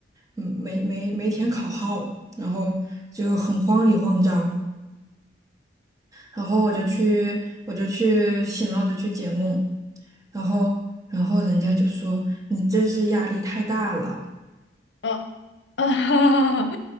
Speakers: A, on the right; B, on the left.
A: 嗯没没没填考号，然后就很慌里慌张。然后我就去，我就去醒了，我就去解梦，然后，然后人家就说你这是压力太大了，
B: 啊啊，<laughs> 哈哈！